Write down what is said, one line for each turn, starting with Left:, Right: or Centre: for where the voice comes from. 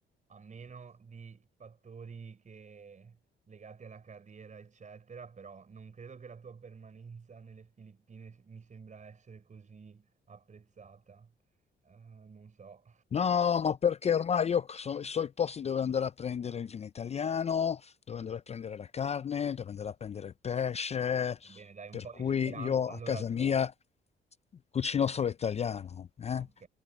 Right: a meno di fattori che- legati alla carriera, eccetera, però non credo che la tua permanenza nelle Filippine mi sembra essere così apprezzata. Eh, non so.
Left: No, ma perché ormai io so, so i posti dove andare a prendere il vino italiano, dove andare a prendere la carne, dove andare a prendere il pesce,
Right: Va bene, dai, un
Left: per
Right: po'
Left: cui
Right: di speranza
Left: io
Right: allora
Left: a casa
Right: c'è.
Left: mia cucino solo italiano, eh.
Right: Ok,